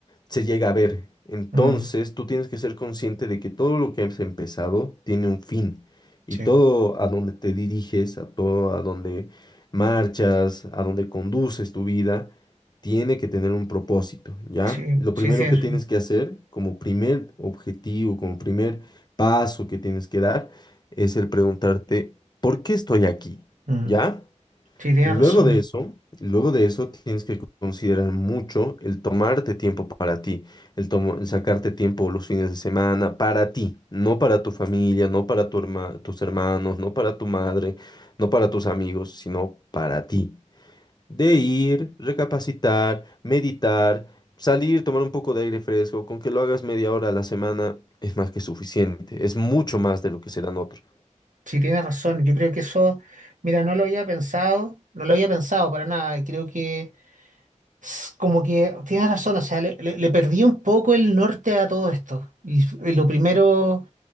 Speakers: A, on the left; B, on the right.
A: se llega a ver. Entonces,
B: mm,
A: tú tienes que ser consciente de que todo lo que has empezado tiene un fin y
B: sí.
A: todo a donde te diriges, a todo a donde marchas, a donde conduces tu vida, tiene que tener un propósito, ¿ya?
B: Sí,
A: Lo
B: sí,
A: primero
B: sí, es-
A: que tienes que hacer como primer objetivo, como primer paso que tienes que dar, es el preguntarte, ¿por qué estoy aquí?
B: mm,
A: ¿Ya?
B: sí, tiene
A: Luego
B: razón.
A: de eso, luego de eso tienes que considerar mucho el tomarte tiempo para ti, el, tomo- el sacarte tiempo los fines de semana para ti, no para tu familia, no para tu herma- tus hermanos, no para tu madre, no para tus amigos, sino para ti. De ir, recapacitar, meditar, salir, tomar un poco de aire fresco, con que lo hagas media hora a la semana es más que suficiente, es mucho más de lo que se dan otros.
B: Sí, tiene razón. Yo creo que eso, mira, no lo había pensado, no lo había pensado para nada. y Creo que s- como que tienes razón, o sea, le, le- le perdí un poco el norte a todo esto. Y, f- y lo primero,